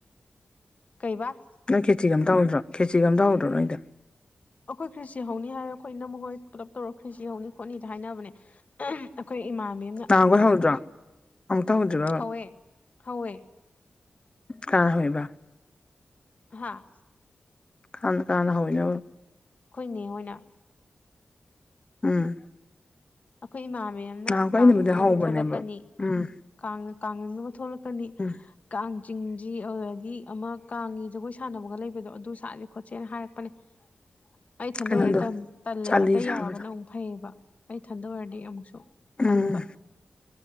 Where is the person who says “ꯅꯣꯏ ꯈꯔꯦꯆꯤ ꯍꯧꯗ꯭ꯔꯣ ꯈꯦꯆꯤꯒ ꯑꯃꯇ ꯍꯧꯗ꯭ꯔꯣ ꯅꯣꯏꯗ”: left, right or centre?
Left